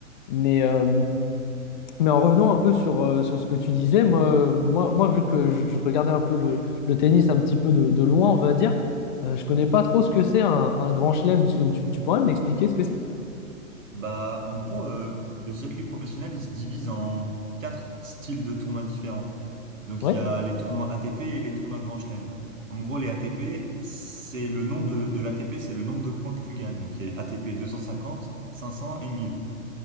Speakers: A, on the left (about 35°); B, on the right (about 65°).
A: Mais, euh, mais en revenant un peu sur, euh, sur ce que tu disais, moi, euh, moi, moi, vu que je, je regardais un peu le, le tennis un petit peu de, de loin, on va dire, euh, je connais pas trop ce que c'est un, un grand chelem. Est-ce que Tu, tu pourrais me l'expliquer ce que c'est?
B: Bah, en gros, euh, le circuit professionnel, il se divise en quatre styles de tournois différents. Donc,
A: Ouais,
B: il y a les tournois ATP et les tournois Grand Chelem. En gros, les ATP, c'est le nom de, de l'ATP, c'est le nombre de points que tu gagnes. Donc, il y a ATP 500 et 1000.